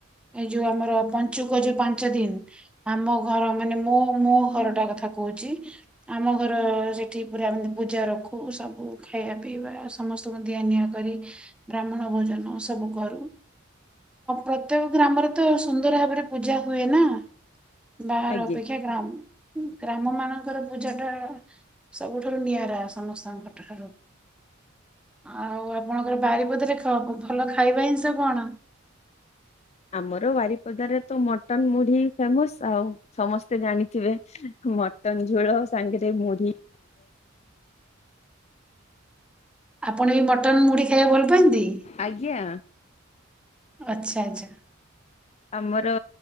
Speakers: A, in the centre; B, on the left (about 30°).
A: ଏଇ ଯୋଉ ଆମର ପଞ୍ଚୁକ ଯୋଉ ପାଞ୍ଚ ଦିନ ଆମ ଘର ମାନେ ମୋ ମୋ ଘର ଟା କଥା କହୁଛି ଆମ ଘୋର ସେଇଠି ପୁରା ଏମିତି ପୂଜା ରଖୁ ସବୁ ଖାଇବା ପିଇବା ସମସ୍ତଙ୍କୁ ଦିଆ ନିିଆଁ କରି ବ୍ରାହ୍ମଣ ଭୋଜନ ସବୁ କରୁ। ପ୍ରତ୍ୟେକ ଗ୍ରାମରେ ତ ସୁନ୍ଦର ଭାବରେ ପୂଜା ହୁଏ ନା ବାହାର
B: ଆଜ୍ଞା।
A: ଅପେକ୍ଷା ଗ୍ରାମ ଗ୍ରାମ ମାନଙ୍କର ପୂଜା ଟା ସବୁଠାରୁ ନିଆରା ସମସ୍ତଙ୍କ ଠାରୁ। ଆଉ ଆପଣଙ୍କର ବାରିପଦରେ ଭଲ ଖାଇବା ଜିନିଷ କଣ?
B: ଆମର ବାରିପଦାରେ ତ ମଟନ୍ ମୁଢି ଫେମସ ଆଉ ସମସ୍ତ ତେ ଜାଣିଥିବେ ମଟନ ଝୋଳ ସାଙ୍ଗରେ ମୁଢି
A: ଆପଣ ବି ମଟନ୍ ମୁଢ଼ି ଖାଇବାକୁ ଭଲ ପାଆନ୍ତି?
B: ଆଜ୍ଞା।
A: ଆଚ୍ଛା ଆଚ୍ଛା
B: ଆମର